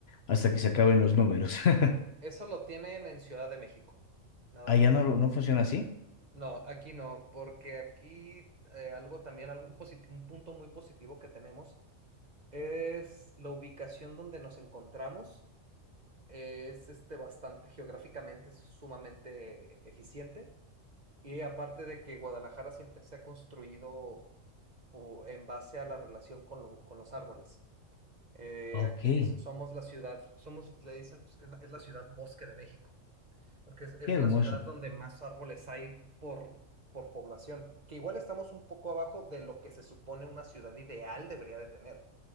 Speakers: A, on the left; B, on the right.
A: hasta que se acaben los números. <laughs>
B: Eso lo tienen en Ciudad de México, nada
A: Allá
B: más.
A: no, lo- no funciona así.
B: No, aquí no, porque aquí eh, algo también, algún posit- un punto muy positivo que tenemos Es la ubicación donde nos encontramos. Es este bastante, geográficamente es sumamente eficiente. Y aparte de que Guadalajara siempre se ha construido po- en base a la relación con, lo- con los árboles. Eh,
A: Ok,
B: aquí
A: qué
B: s- somos la ciudad, somos, le dicen pues, que es la, es la ciudad bosque de México, porque es, es
A: hermoso.
B: la ciudad donde más árboles hay por, por población, que igual estamos un poco abajo de lo que se supone una ciudad ideal debería de tener